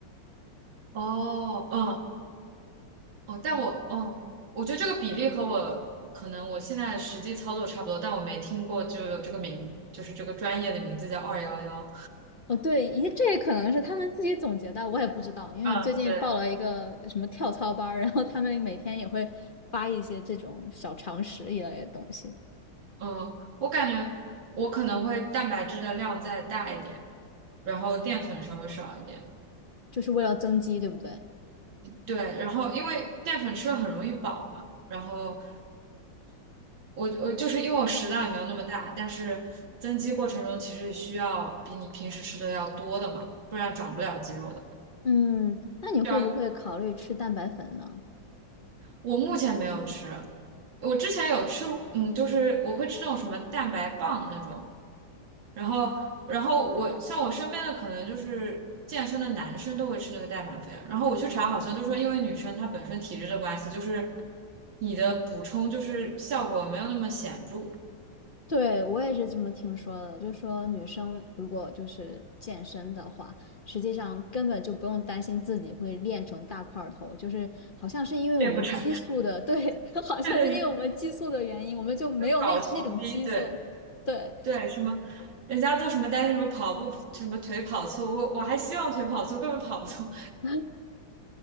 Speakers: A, on the right; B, on the left.
A: 哦，嗯，哦，但我，哦，我觉得这个比例和我可能我现在实际操作差不多，但我没听过就有这个名，就是这个专业的名字叫二幺幺。
B: 哦，对，咦，这也可能是他们自己总结的，我也不知道，因为最近报了一个什么跳操班儿然后他们每天也会发一些这种小常识一类的东西，
A: 嗯，对，嗯，我感觉我可能会蛋白质的量再大一点，然后淀粉稍微少一点。
B: 就是为了增肌，对不对？
A: 对，然后因为淀粉吃了很容易饱嘛，然后我我就是因为我食量也没有那么大，但是增肌过程中其实需要比你平时吃的要多的嘛，不然长不了肌肉的。
B: 嗯，那你会不会考虑吃蛋白粉呢？
A: 要。我目前没有吃，我之前有吃，嗯，就是我会吃那种什么蛋白棒那种，然后，然后我像我身边的可能就是健身的男生都会吃那个代满粉，然后我去查好像就说因为女生她本身体质的关系，就是你的补充就是效果没有那么显著，
B: 对，我也是这么听说的，就说女生如果就是健身的话，实际上根本就不用担心自己会练成大块儿头，就是好像是因为我们激素的，
A: 练不成，
B: 对，
A: <laughs>
B: <laughs> 好像是因为我们激素的原因，
A: 对对对，
B: 我们就没有那那种激素，
A: 就搞穷逼，对
B: 对，
A: 对，什么人家都什么担心什么跑步什么腿跑粗，我我还希望腿跑粗，根本跑不粗。
B: 啊